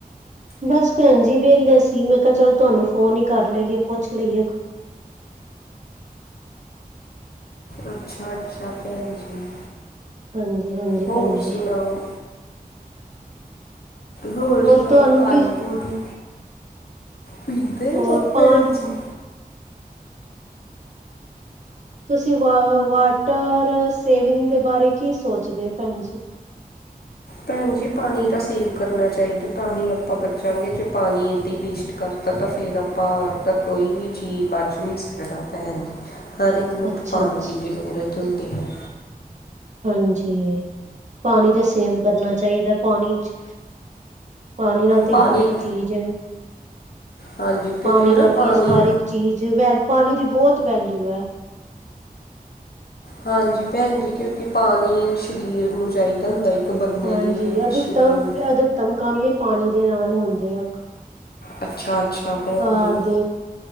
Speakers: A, on the right (about 50°); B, on the left (about 85°).
A: ਬਸ ਭੈਣੰਜੀ ਵੇਹਲੇ ਸੀ ਮੈਂ ਕਿਹਾ ਚੱਲ ਤੁਹਾਨੂੰ ਫੋਨ ਹੀ ਕਰ ਲਈਏ ਪੁੱਛ ਲਈਏ।
B: ਅੱਛਾ! ਅੱਛਾ! ਭੈਣੰਜੀ
A: ਹਾਂਜੀ-ਹਾਂਜੀ
B: ਹੋਰ
A: ਭੈਣ ਜੀ
B: ਸੁਣਾਓ। ਹੋਰ ਸੁਣਾਓ
A: ਤੁਹਾਨੂੰ
B: ਪਾਣੀ
A: ਕੀ
B: ਪਉਦੇ ਪੀਂਦੇ
A: ਹੋਰ ਪਾ
B: ਭੈਣੰਜੀ
A: ਤੁਸੀਂ ਵਾਹ ਵਾਟਰ ਸੇਵਿੰਗ ਦੇ ਬਾਰੇ ਕੀ ਸੋਚਦੇ ਹੋ ਭੈਣੰਜੀ
B: ਭੈਣੰਜੀ ਪਾਣੀ ਤਾਂ ਸੇਵ ਕਰਨਾ ਚਾਹੀਦਾ ਤਾਂ ਹੀ ਆਪਾਂ ਬਚਾਂਗੇ ਜੇ ਪਾਣੀ ਇੱਦਾਂ ਹੀ ਵੇਸਟ ਕਰ ਤਾਂ ਤਾਂ ਫਿਰ ਆਪਾਂ ਤਾਂ ਕੋਈ ਵੀ ਜੀਅ ਬਚ ਨਹੀਂ ਸਕਦਾ ਭੈਣ ਜੀ। ਹਰ ਇੱਕ ਨੂੰ
A: ਅੱਛਾ-ਅੱਛਾ
B: ਪਾਣੀ ਦੀ ਜ਼ਰੂਰਤ ਹੁੰਦੀ ਹੈਂ।
A: ਹਾਂਜੀ ਪਾਣੀ ਤਾਂ ਸੇਵ ਕਰਨਾ ਚਾਹੀਦਾ ਪਾਣੀ ਚ। ਪਾਣੀ ਨਾਲ
B: ਪਾਣੀ
A: ਤੇ ਹਰ ਇੱਕ ਚੀਜ਼
B: ਹਾਂਜੀ ਕਿਉਂਕਿ
A: ਪਾਣੀ
B: ਨਾ
A: ਨਾਲ
B: ਪਾਣੀ
A: ਹੀ ਹਰ ਇੱਕ ਚੀਜ਼ ਵੈ ਪਾਣੀ ਦੀ ਬਹੁਤ ਵੈਲਿਊ ਹੈ।
B: ਹਾਂਜੀ ਭੈਣੰਜੀ ਕਿਉਂਕਿ ਪਾਣੀ ਸਰੀਰ ਨੂੰ ਚਾਹੀਦਾ ਹੁੰਦਾ। ਬੰਦੇ
A: ਹਾਂਜੀ
B: ਦੀ
A: ਅਧਿਕਤਮ
B: ਸਰੀਰ ਨੂੰ
A: ਅਧਿਕਤਮ ਕੰਮ ਹੀ ਪਾਣੀ ਦੇ ਨਾਲ ਹੁੰਦੇ ਆ।
B: ਅੱਛਾ! ਅੱਛਾ! ਭੈਣ
A: ਘਾਰ
B: ਜੀ
A: ਦੇ